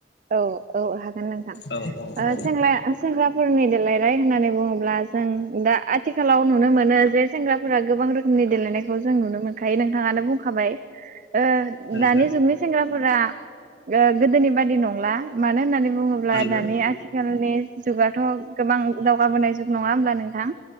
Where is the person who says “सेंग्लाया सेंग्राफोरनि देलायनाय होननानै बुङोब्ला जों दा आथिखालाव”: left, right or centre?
Right